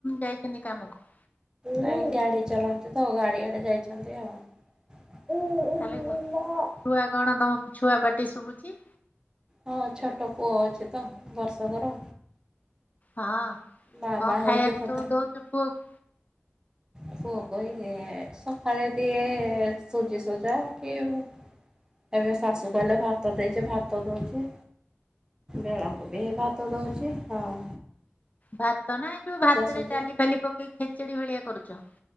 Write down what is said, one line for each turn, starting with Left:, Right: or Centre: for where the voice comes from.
Left: ଯାଇଛନ୍ତି କାମକୁ?
Right: ନାଇଁ ଗାଡି ଚଲାନ୍ତି ତ ଗାଡିଆଡେ ଯାଇଛନ୍ତି ଆଉ। <inaudible>
Left: ତାହେଲେ ଘ- ଛୁଆ କଣ ତମ ଛୁଆ ପାଟି ଶୁଭୁଚି।
Right: ହଁ ଛୋଟ ପୁଅ ଅଛି ତ ବର୍ଷକର।
Left: ହଁ
Right: ମାମା
Left: କଁ
Right: ହଉଛି
Left: ଖାଇଆକୁ
Right: ଥଥରା।
Left: ସବୁ ଦଉଛ ପୁଅକୁ?
Right: ପୁଅକୁ ଇଏ ସକାଳେ ଦିଏ ସୁଜିସୁଜା କି ଏବେ ଶାଶୂ କହିଲେ ଭାତ ଦେଇଚି ଭାତ ଦଉଚି। ବେଳାକୁ ବି ହେ ଭାତ ଦଉଚି ଆଉ।
Left: ଭାତ ନା ଏଇ ଯୋଉ ଭାତରେ
Right: ସୁଜି
Left: ଡାଲି ଫାଲି ପକେଇକି ଖେଚେଡି ଭଳିଆ କରୁଚ?